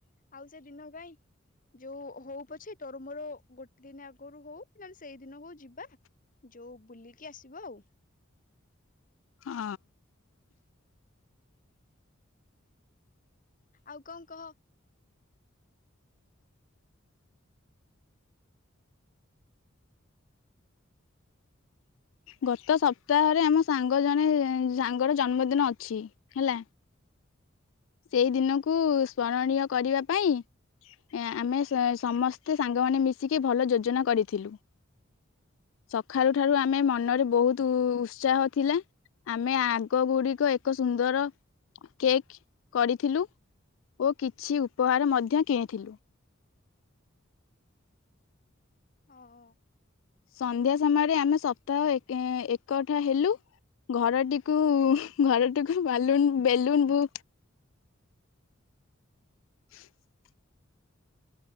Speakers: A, on the left (about 40°); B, on the left (about 75°).
A: ଆଉ ସେ ଦିନ କାଇଁ? ଯୋଉ ହୋଉ ପଛେ ତୋର ମୋର ଗୋଟେ ଦିନ ଆଗୁରୁ ହୋଉ ନଲେ ସେଇଦିନ ହୋଉ ଯିବା ଯୋଉ ବୁଲିକି ଆସିବା ଆଉ।
B: ହଁ।
A: ଆଉ କଁ କହ।
B: ଗତ ସପ୍ତାହରେ ଆମ ସାଙ୍ଗ ଜଣେ ସାଙ୍ଗର ଜନ୍ମଦିନ ଅଛି ହେଲା। ସେଇ ଦିନକୁ ସ୍ମରଣୀୟ କରିବା ପାଇଁ ଆମେ ସ ସମସ୍ତେ ସାଙ୍ଗମାନେ ମିଶିକି ଭଲ ଯୋଜନା କରିଥିଲୁ। ସଖାଳୁ ଠାରୁ ଆମେ ମନରେ ବୋହୁତୁ ଉତ୍ସାହ ଥିଲା ଆମେ ଆଗ ଗୁଡ଼ିକ ଏକ ସୁନ୍ଦର କେକ୍ କରିଥିଲୁ ଓ କିଛି ଉପହାର ମଧ୍ୟ କିଣିଥିଲୁ।
A: ଅ ହ।
B: ସନ୍ଧ୍ୟା ସମୟରେ ଆମେ ସପ୍ତାହ କେ ଏକଠା ହେଲୁ ଘରଟିକୁ ଘରଟିକୁ ବାଲୁନ ବେଲୁନ ବୁ <inaudible>